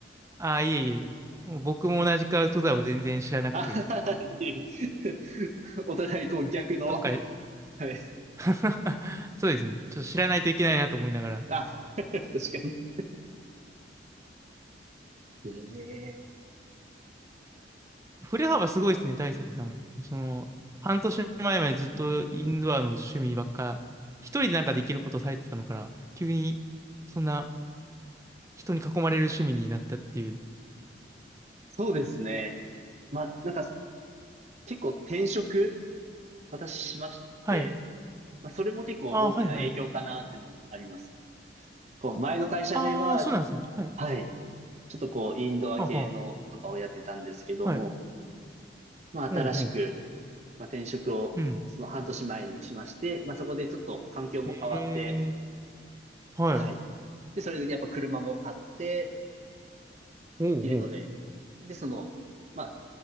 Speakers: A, on the right (about 15°); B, on the right (about 40°).
A: ああ、いえいえ。もう僕も同じくアウトドアを全然知らなくて、
B: あははいえ <laughs> お互い、こう、逆の。
A: どっかで
B: はい。
A: <laughs> そうですね。ちょっと知らないといけないなと思いながら。
B: あ、<laughs> 確かに。ええ。
A: 振れ幅すごいですね、大成さんも。その、半年前までずっとインドアの趣味ばっか、一人でなんかできることされてたのから、急に、そんな人に囲まれる趣味になったっていう。
B: そうですね。まあ、なんか、結構転職、私しまして、
A: はい。
B: まあ、それも結構大きな影響かなっていうのもあります。
A: ああ、はいはい。
B: こう、前の会社では、
A: ああ、そうなんですね。はい。
B: はい。ちょっとこう、インドア系のとかをやってたんですけども、
A: はあはあ。はい。
B: まあ、
A: ほうほう。
B: 新しく、まあ、転職をその半年前にしまして、
A: うん。
B: まあ、そこでちょっと環境も変わって、
A: ええー。はい。
B: はい。で、それでやっぱ車も買って
A: ほうほう。
B: っていうので、で、その、まあ、